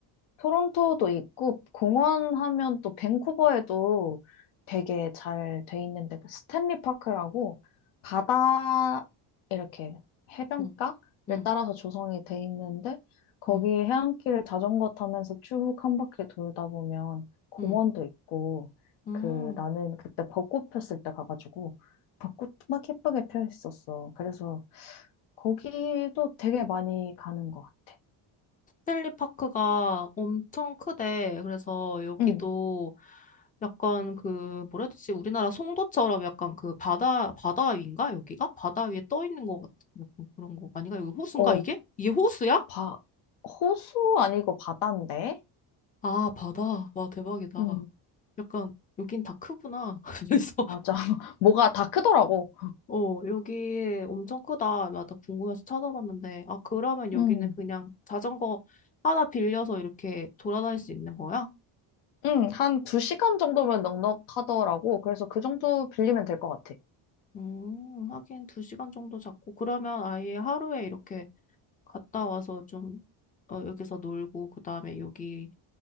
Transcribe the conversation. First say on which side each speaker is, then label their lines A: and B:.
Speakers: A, on the left; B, on the left.
A: 토론토도 있고 공원 하면 또 밴쿠버에도 되게 잘 돼 있는데 그 스탠리 파크라고 바다 이렇게 해변가를
B: 응, 응,
A: 따라서 조성이 돼 있는데 거기
B: 응,
A: 해안길을 자전거 타면서 쭉 한 바퀴 돌다 보면 공원도
B: 응.
A: 있고
B: 음,
A: 그 나는 그때 벚꽃 폈을 때 가가지고 벚꽃 막 예쁘게 펴 있었어. 그래서 거기도 되게 많이 가는 것 같아.
B: 헨리파크가 엄청 크대. 그래서 여기도
A: 응.
B: 약간 그 뭐라 해야 되지? 우리나라 송도처럼 약간 그 바다 바다 위인가 여기가? 바다 위에 떠 있는 것 같은 약간 그런 거 아닌가? 여기 호수인가
A: 어,
B: 이게? 이게 호수야?
A: 바, 호수 아니고 바다인데?
B: 아, 바다. 와, 대박이다.
A: 음,
B: 약간, 여긴 다 크구나. <laughs> 그래서,
A: 맞아. <laughs> 뭐가 다 크더라고.
B: 어, 여기 엄청 크다. 나 다 궁금해서 찾아봤는데, 아, 그러면 여기는
A: 음,
B: 그냥 자전거 하나 빌려서 이렇게 돌아다닐 수 있는 거야?
A: 음, 한 두 시간 정도면 넉넉하더라고. 그래서 그 정도 빌리면 될 것 같아.
B: 음, 하긴 두 시간 정도 잡고, 그러면 아예 하루에 이렇게 갔다 와서 좀, 어, 여기서 놀고, 그 다음에 여기